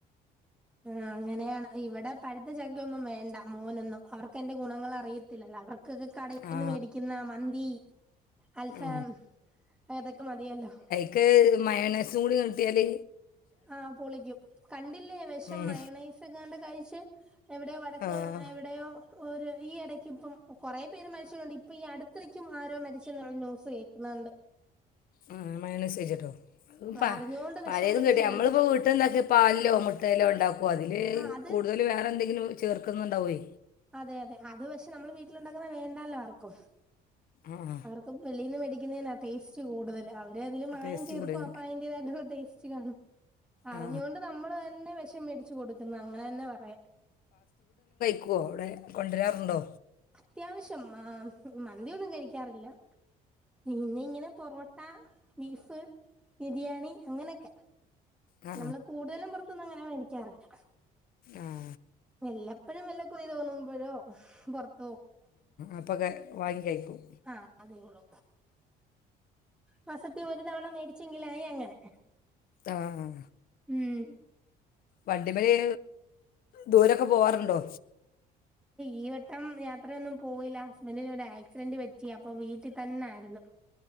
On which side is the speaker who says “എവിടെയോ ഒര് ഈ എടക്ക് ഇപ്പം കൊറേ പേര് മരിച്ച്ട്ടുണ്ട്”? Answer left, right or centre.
Centre